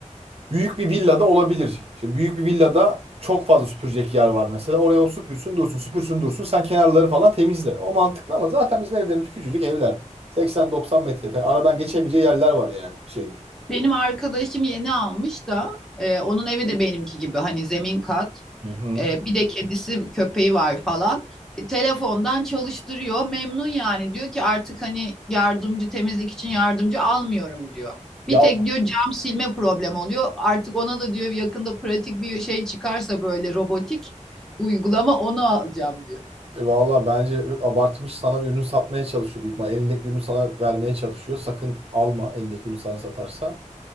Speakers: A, on the right (about 50°); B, in the centre.
A: büyük bir villada olabilir. Şimdi büyük bir villada çok fazla süpürecek yer var mesela. Oraya o süpürsün dursun, süpürsün dursun. Sen kenarları falan temizle. O mantıklı ama zaten bizim evlerimiz küçücük evler. 80-90 metrekare. Aradan geçebileceği yerler var yani şey.
B: Benim arkadaşım yeni almış da e, onun evi de benimki gibi hani zemin kat.
A: Hı hı.
B: Ee, bir de kedisi, köpeği var falan. E, telefondan çalıştırıyor. Memnun yani. Diyor ki artık hani yardımcı temizlik için yardımcı almıyorum diyor.
A: Ya
B: Bir tek diyor cam silme problemi oluyor. Artık ona da diyor yakında pratik bir şey çıkarsa böyle robotik uygulama onu alacağım diyor.
A: E, Valla bence çok abartmış. Sana ürünü satmaya çalışıyor büyük ihtimalle. Elindeki ürünü sana vermeye çalışıyor. Sakın alma elindeki ürünü sana satarsa.